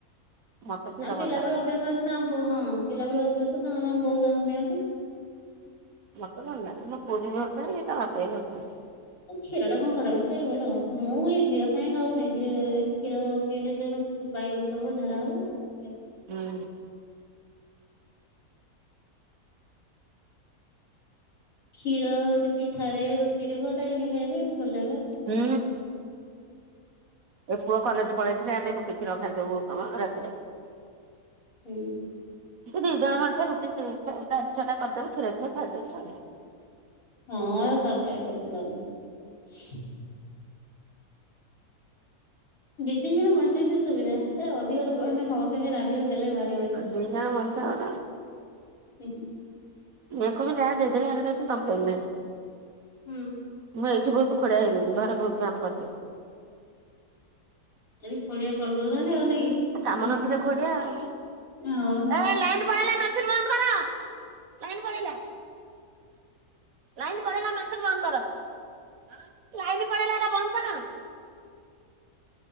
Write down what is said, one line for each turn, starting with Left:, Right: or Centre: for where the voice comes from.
Right: ମତେ କ୍ଷୀର
Left: ଆମେ ପିଲାବେଳୁ
Right: ଭଲ ଲାଗେ
Left: ଅଭ୍ୟାସ ଅଛି ତାଙ୍କ ବୋଉ ହଁ ପିଲା ବେଳୁ ଅଭ୍ୟାସ ତାଙ୍କ ତାଙ୍କ ବୋଉ ତାଙ୍କ ଦିଅନ୍ତି।
Right: ମତେ ଭଲ ଲଗେ ମୋ ପୁଅ ବି ଭଲପାଏ ତା ବାପା ବି ଭଲପାଆନ୍ତି।
Left: କ୍ଷୀର ଟା କଣ ଖରାପ ଜିନଷ କି ଭଲ ମୁଁ ଏଇ ଝିଅ ପାଇଁ ଖାଉନି। ଝିଅ କ୍ଷୀର ପିଇଲେ ଯଉନ ବାଇୁ ଦୋଶ ହବ ଝଡା ହବ। ସେଥିପାଇଁ
Right: ହୁଁ।
Left: କ୍ଷୀର ହଉଛି ପିଠାରେ ରୁଟି ରେ ଭଲ ଲାଗେନି ଖାଇବା ପାଇଁ ଭଲ ଲାଗେ ପା।
Right: ହୁଁ। ଏ ପୁଅ କଲେଜ ପଳେଇଥିଲେ ଆମେ ରୁଟି କ୍ଷୀର ଖାଇଦବୁ ବହୁତ୍ ସମୟ ରାତିରେ।
Left: ହୁଁ।
Right: ଦି ଜଣ ମଣିଷ ରୁଟି ତି ଚାରି ଛଅଟା କରିଦବୁ କ୍ଷୀର ଥିର ଖାଇଦବୁ ସଇଲା।
Left: ହଁ ଆଉ ତରକାରୀ କରୁଚି <unintelligible> ଦି ତିନି ଜଣ ମଣିଷ ହେଇଥିବ ସୁବିଧା ହେରା ଅଧିକ ଲୋକ ମାନେ ସମସ୍ତ ଙ୍କ ପାଇଁ ରାନ୍ଧି ବା ଦେଲେ ଭା
Right: ଦି ଜଣ ମଣିଷ ଆମର।
Left: <unintelligible>
Right: ୟାଙ୍କୁ ବି ଯାହା ଦେଇଦେଲେ ୟାଙ୍କର କିଛି କମ୍ପ୍ଲେନ ନାଇଁ।
Left: ହୁଁ।
Right: ମୁଁ ଏଇଠି ବହୁତ ଖୋଡିଆ ହେଇଗଲିିନି ଘରେ ବୋହୁତ କାମ କରିଦିଏ।
Left: ଏବେ ଖୋଡିଆ କରିଦଉଚନ୍ତି ଆଉ ନାଇ
Right: କାମ
Left: କି?
Right: ନଥିଲେ ଖୋଡିଆ ଆଉ।
Left: ହଁ।
Right: ଏ ଲାଇନ ପଳେଇଲା ମେସିନ ବନ୍ଦ କର <inaudible> <inaudible>